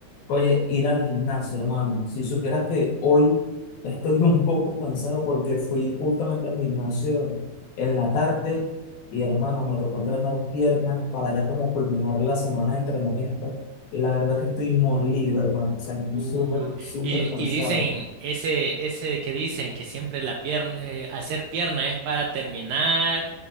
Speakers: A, on the left (about 70°); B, on the right (about 75°).
A: Oye, ir al gimnasio, hermano. Si supieras que hoy estoy <laughs> un poco cansado porque fui justamente al gimnasio en la tarde y, hermano, me tocó entrenar piernas para ya como culminar la semana de entrenamiento. Y la verdad que estoy molido, hermano. O sea, estoy
B: Uh,
A: súper, súper
B: y,
A: cansado.
B: y dicen, ese, ese que dicen que siempre la pierna, eh, hacer pierna es para terminar.